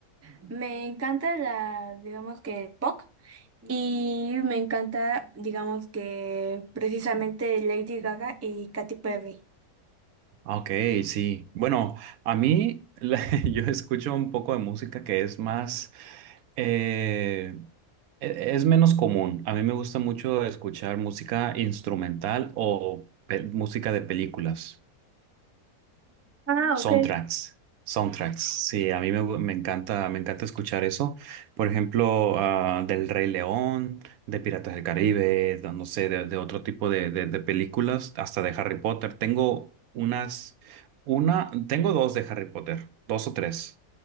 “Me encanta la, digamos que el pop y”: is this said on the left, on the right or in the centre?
Right